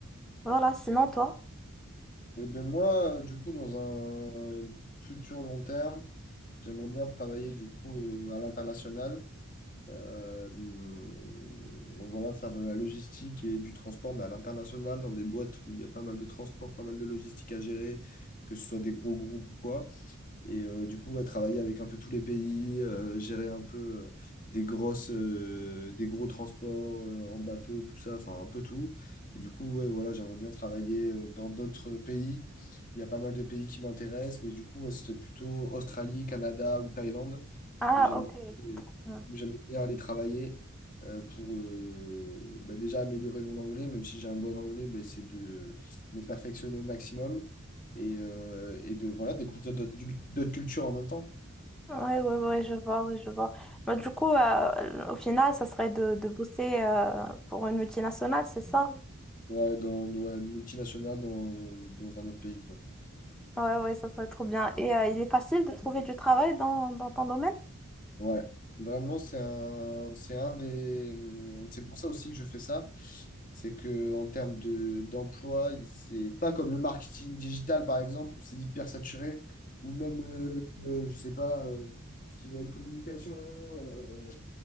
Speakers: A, in the centre; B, on the left (about 40°).
A: Voilà, sinon toi?
B: Eh ben moi, euh, du coup, dans un futur long terme, j'aimerais bien travailler du coup euh, à l'international. Euh, hum, donc voilà, faire de la logistique et du transport, mais à l'international, dans des boîtes où il y a pas mal de transport, pas mal de logistique à gérer, que ce soit des gros groupes ou quoi. Et euh, du coup, ouais, travailler avec un peu tous les pays, euh, gérer un peu euh, des grosses, euh, des gros transports euh, en bateau, tout ça, enfin un peu tout. Et du coup, ouais, voilà, j'aimerais bien travailler euh, dans d'autres pays. Il y a pas mal de pays qui m'intéressent, mais du coup, ouais, ce serait plutôt Australie, Canada ou Thaïlande
A: Ah,
B: où j'aimerais
A: ok. Hmm.
B: où j'aimerais bien aller travailler euh, pour euh, bah, déjà améliorer mon anglais, même si j'ai un bon anglais, bah, c'est de me perfectionner au maximum et, euh, et de voilà, découvrir d'autres d'autres cultures en même temps.
A: Ouais, ouais, ouais, je vois, ouais, je vois. Bah, du coup, euh, au final, ça serait de, de bosser euh, pour une multinationale, c'est ça? Mhm.
B: Ouais, dans, dans une multinationale, dans, dans un autre pays, quoi.
A: Ouais, ouais, ça serait trop bien. Et euh, il est facile de trouver du travail dans, dans ton domaine?
B: Ouais, vraiment, c'est un, c'est un des, hum, c'est pour ça aussi que je fais ça. C'est que en termes de d'emploi, c'est pas comme le marketing digital par exemple où c'est hyper saturé, ou même, euh, euh, je sais pas, euh, ce qui va être communication, euh,